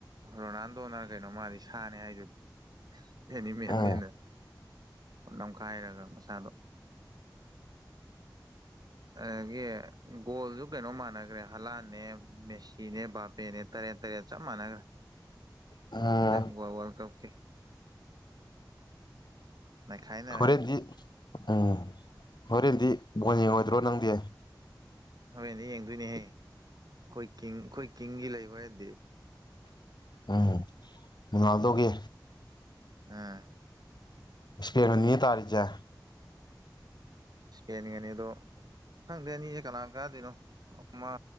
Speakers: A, on the right; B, on the left.
A: ꯔꯣꯅꯥꯜꯗꯣꯅ ꯀꯩꯅꯣ ꯃꯥꯗꯤ ꯁꯥꯅꯤ ꯍꯥꯏꯗꯨꯗꯤ <inaudible> ꯑꯦꯅꯤꯃꯦꯜꯅꯦꯅ
B: ꯎꯝ
A: ꯅꯝꯈꯥꯏꯔꯒ ꯃꯁꯥꯗꯣ ꯑꯗꯒꯤ ꯒꯣꯜꯁꯨ ꯀꯩꯅꯣ ꯃꯥꯟꯅꯈ꯭ꯔꯦ ꯍꯂꯥꯟꯅꯦ ꯃꯦꯁꯤꯅꯦ ꯕꯥꯄꯦꯅꯦ ꯇꯔꯦꯠ ꯄꯦꯔꯦꯟ ꯆꯥꯞ ꯃꯅꯒꯔꯦ
B: ꯎꯝ
A: ꯋꯥꯔꯜ ꯋꯥꯔꯜ ꯀꯞꯀꯤ ꯅꯩꯈꯥꯏꯅꯔꯅꯤ
B: ꯍꯣꯔꯦꯟꯗꯤ ꯎꯝ ꯍꯣꯔꯦꯟꯗꯤ ꯕꯣꯟ ꯌꯦꯡꯉꯣꯏꯗ꯭ꯔꯣ ꯅꯪꯗꯤ
A: ꯍꯣꯔꯦꯟꯗꯤ ꯌꯦꯡꯗꯣꯏꯅꯤꯍꯦ ꯑꯩꯈꯣꯏ ꯀꯤꯡ ꯑꯩꯈꯣꯏ ꯀꯤꯡꯒꯤ ꯂꯩ ꯍꯣꯔꯦꯟꯗꯤ
B: ꯎꯝ ꯃꯨꯅꯥꯜꯗꯣꯒꯤ
A: ꯑꯥ
B: ꯏꯁꯄꯦꯟ ꯒꯄꯤꯅꯦ ꯇꯥꯔꯤꯁꯦ
A: ꯏꯁꯄꯦꯟꯒꯅꯤ ꯑꯗꯣ ꯈꯪꯗꯦ ꯑꯅꯤꯁꯦ ꯀꯅꯥ ꯀꯥꯗꯣꯏꯅꯣ ꯑꯃ